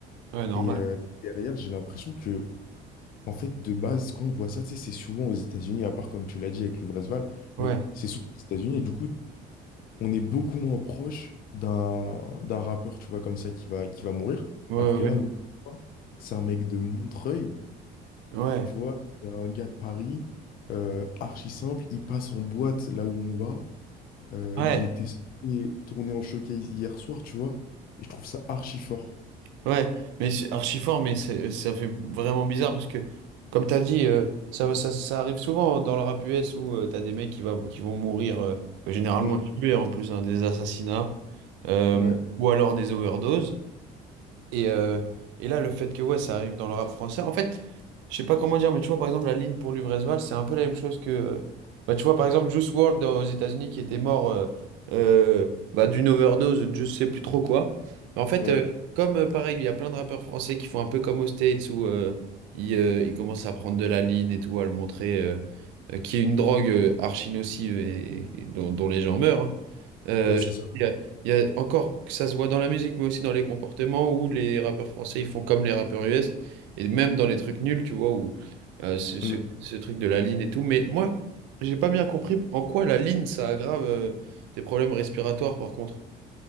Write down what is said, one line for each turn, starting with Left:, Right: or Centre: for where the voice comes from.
Right: ouais, normal.
Left: Et euh, derrière, j'ai l'impression que, en fait, de base, quand on voit ça, tu sais, c'est souvent aux États-Unis, à part, comme tu l'as dit, avec Luvresval,
Right: Ouais,
Left: mais c'est souvent aux États-Unis, et du coup, on est beaucoup moins proche d'un d'un rappeur, tu vois, comme ça, qui va, qui va mourir.
Right: ouais,
Left: Alors que
Right: ouais,
Left: là, où c'est un mec de Montreuil,
Right: ouais.
Left: tu vois, c'est un gars de Paris, euh, archi simple, il passe en boîte là où on va. Euh,
Right: Ouais,
Left: il était censé tourner en showcase hier soir, tu vois, et je trouve ça archi fort.
Right: ouais, mais c'est archi fort, mais c'est, ça fait vraiment bizarre parce que, comme t'as dit, euh, ça, va- ça, ça arrive souvent dans le rap US où euh, t'as des mecs qui, va, qui vont mourir, euh, généralement
Left: Mm.
Right: tués en plus, hein, des assassinats, euh,
Left: Ouais,
Right: ou alors des overdoses. Et, euh, et là, le fait que ouais, ça arrive dans le rap français, en fait, je sais pas comment dire, mais tu vois, par exemple, la ligne pour Luvresval, c'est un peu la même chose que. euh, bah, tu vois, par exemple, Juice WRLD dans- aux États-Unis qui était mort euh, euh, bah, d'une overdose, ou de je sais plus trop quoi. Mais en fait,
Left: ouais,
Right: euh, comme euh, pareil, il y a plein de rappeurs français qui font un peu comme aux States où euh, ils, euh, ils commencent à prendre de la ligne et tout, à le montrer, euh, euh, qui est une drogue euh, archi nocive et, et dont, dont les gens meurent. hein. Euh,
Left: ouais, c'est
Right: je trouve
Left: ça.
Right: qu'il y a- il y a encore que ça se voit dans la musique, mais aussi dans les comportements où les rappeurs français ils font comme les rappeurs US et même dans les trucs nuls, tu vois, où euh, ce, ce-
Left: Mm.
Right: ce truc de la ligne et tout. Mais moi, j'ai pas bien compris en quoi la ligne ça aggrave euh, tes problèmes respiratoires, par contre.